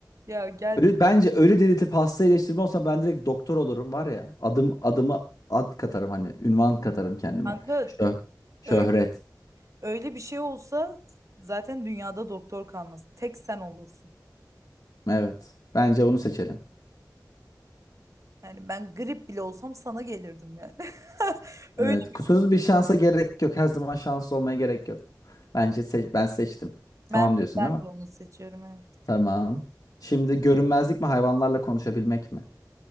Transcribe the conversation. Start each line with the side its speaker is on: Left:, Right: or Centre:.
Right: Ya gel
Left: Ölü,
Right: biz
Left: bence ölü diriltip hasta iyileştirme olsa ben direkt doktor olurum var ya. Adım adımı ad katarım hani ünvan katarım kendime.
Right: kanka
Left: Şö şöhret.
Right: öyle, öyle bir şey olsa zaten dünyada doktor kalmaz. Tek sen olursun.
Left: Evet. Bence onu seçelim.
Right: Yani ben grip bile olsam sana gelirdim yani. <laughs> Öyle
Left: Evet. Kusursuz bir şansa gerek yok. Her zaman şanslı olmaya gerek yok. Bence seç ben seçtim.
Right: ben
Left: Tamam diyorsun
Right: de ben
Left: değil mi?
Right: de onu seçiyorum evet.
Left: Tamam. Şimdi görünmezlik mi hayvanlarla konuşabilmek mi?